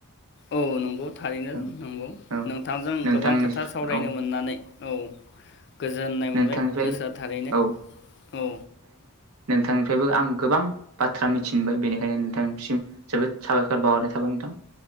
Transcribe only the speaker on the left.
औ नंगौ थारैनो
नंगौ
नोंथांजों
गोबां खोथा सावरायनो
मोननानै औ गोजोननाय
मोनबाय गोसोआ थारैनो
औ